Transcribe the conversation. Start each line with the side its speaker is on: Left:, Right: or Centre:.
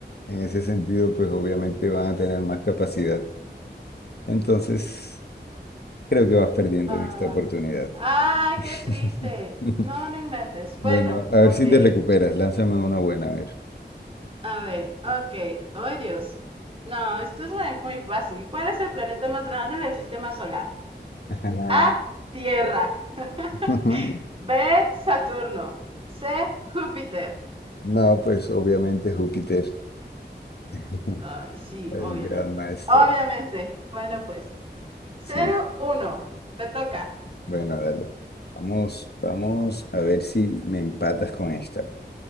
Left: en ese sentido, pues obviamente van a tener más capacidad. Entonces, creo que vas perdiendo
Right: Ah,
Left: en esta oportunidad.
Right: ay,
Left: <laughs>
Right: qué triste. No, no inventes. Bueno,
Left: Bueno, a ver
Right: ok.
Left: si te recuperas, lánzame una buena, a ver.
Right: A ver, ok. ¡Ay, Dios! No, esto es muy, muy fácil. ¿Cuál es el planeta más grande del sistema solar?
Left: Ah,
Right: A, Tierra. <laughs>
Left: <laughs>
Right: B, Saturno. C, Júpiter.
Left: No, pues obviamente Júpiter, <laughs>
Right: Ay, sí,
Left: el
Right: obviamente.
Left: gran maestro.
Right: Obviamente. Bueno, pues. Cero,
Left: Sí.
Right: uno. Te toca.
Left: Bueno, dale. Vamos, vamos a ver si me empatas con esta.